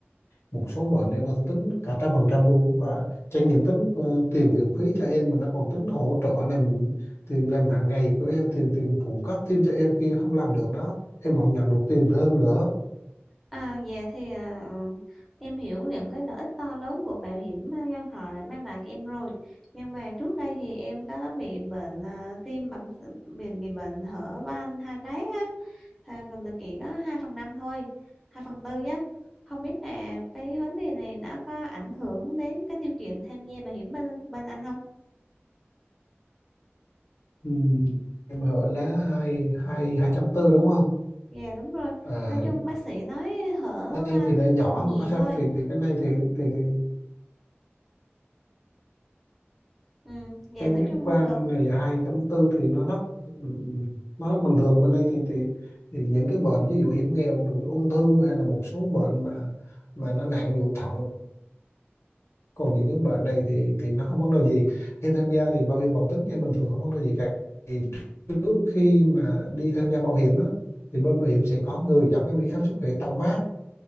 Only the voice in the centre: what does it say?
À, dạ thì à, ờ, em hiểu những cái lợi ích to lớn của bảo hiểm à, nhân thọ đã mang lại cho em rồi. Nhưng mà trước đây thì em có bị bệnh à, tim bẩm bị, bị bệnh hở van hai đát á. à, còn tụi chị có 2 phần 5 thôi 2 phần tư á không biết là cái vấn đề này nó có ảnh hưởng đến cái điều kiện tham gia bảo hiểm bên bên anh không
dạ đúng rồi
nói chung bác sĩ nói hở
anh
cũng
nhẹ
thôi
ừ dạ
nói
chung
hở